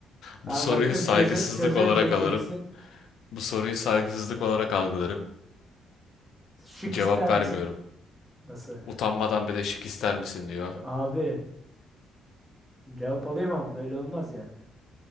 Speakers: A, on the left; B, in the centre.
A: Bu
B: Abi
A: soruyu
B: baktım
A: saygısızlık
B: çöze çözemeyecek
A: olarak alırım.
B: gibisin.
A: Bu soruyu saygısızlık olarak algılarım.
B: Şık
A: Cevap
B: ister
A: vermiyorum.
B: misin? Nasıl?
A: Utanmadan bir de şık ister misin diyor.
B: Abi cevap alayım ama böyle olmaz yani.